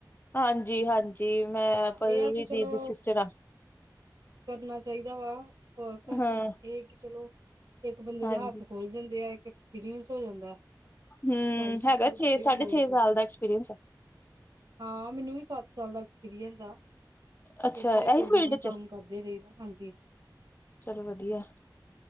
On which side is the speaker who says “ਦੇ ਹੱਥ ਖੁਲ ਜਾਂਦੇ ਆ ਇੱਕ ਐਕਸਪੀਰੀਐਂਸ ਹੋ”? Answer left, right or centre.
Right